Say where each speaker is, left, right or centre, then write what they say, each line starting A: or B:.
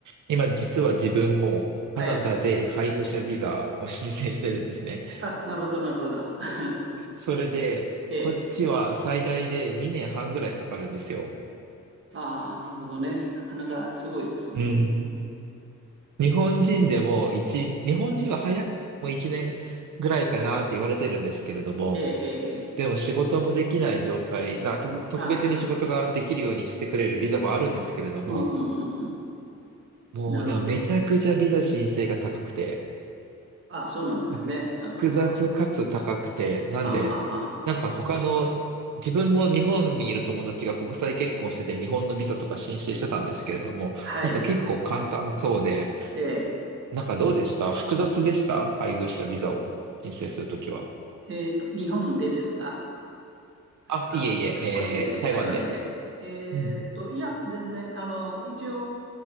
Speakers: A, on the right; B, on the right.
A: 今実は自分もカナダで配偶者ビザを申請してるんですね。
B: はい。あ、なるほど、なるほど。<laughs>
A: それで、
B: ええ。
A: こっちは最大で2年半ぐらいかかるんですよ。
B: ああ、なるほどね。なかなかすごいですね。
A: うん。
B: うん、
A: 日本人でも一日本人は早くても1年ぐらいかなって言われてるんですけれども、
B: ええ、ええ、ええ。
A: でも仕事もできない状態、な、特特別に仕事ができるようにしてくれるビザもあるんですけれども、
B: ああ、うんうんうんう
A: もうなんかめちゃくちゃビザ申請が高くて、
B: ん。なるほど。ああ、そうなんですね。
A: <laughs>
B: なるほど。
A: 複雑かつ高くて、なんで、
B: はんはんはんはん。
A: なんか他の、自分も日本にいる友達が国際結婚してて日本のビザとか申請してたんですけれども、
B: はい。
A: なんか結構簡単そうで、
B: ええ。
A: なんかどうでした複雑でした配偶者ビザを申請するときは。
B: えっと、日本でですか
A: あ、
B: あ、
A: いえいえ、
B: こっちで、
A: えー、台湾で。
B: 台湾で。えーっと、
A: うん。
B: いや、全然、あの、一応、